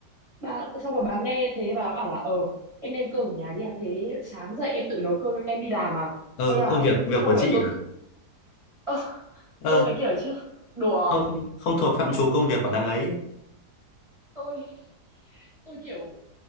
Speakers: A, on the right; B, on the left.
A: bà xong rồi bà nghe thế bà bảo là ờ em đem cơm ở nhà đi à thế sáng dậy em tự nấu cơm em đem đi làm à
B: ờ
A: hay
B: ờ
A: là
B: việc việc
A: xong
B: của chị
A: rồi tôi
B: à
A: Ơ,
B: ờ
A: tôi mới kiểu chứ đùa
B: không không thuộc phạm trù công việc của đằng ấy
A: tôi tôi kiểu